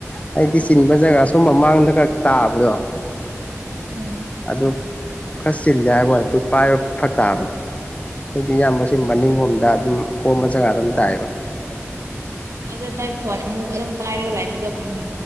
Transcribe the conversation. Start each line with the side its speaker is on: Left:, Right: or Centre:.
Left: ꯇ ꯆꯤꯟꯕ ꯖꯒꯥ
Right: ꯑꯣ
Left: ꯁꯣꯨꯝ ꯃꯃꯥꯡꯗꯒ ꯇꯥꯕꯗꯣ
Right: ꯎꯝ
Left: ꯑꯗꯨ ꯈꯔ ꯆꯤꯜꯂꯦ ꯍꯥꯏꯀꯣꯅꯦ ꯑꯗꯨ ꯄꯥꯏꯕ ꯐꯛ ꯇꯥꯕꯅꯦ ꯍꯧꯖꯤꯛꯇ ꯏꯌꯥꯝꯕꯕꯁꯤ ꯃꯅꯤꯡꯂꯣꯝꯗ ꯑꯗꯨꯝ ꯈꯣꯝꯕ ꯖꯒꯥꯗ ꯑꯗꯨꯝ ꯇꯥꯛꯑꯕ
Right: ꯑꯗꯨ ꯅꯣꯏ ꯐꯣꯟ ꯑꯃꯨꯛ ꯑꯗꯨꯝ ꯄꯥꯏꯔꯒ ꯂꯩꯥꯛꯕꯗꯣ ꯎꯝ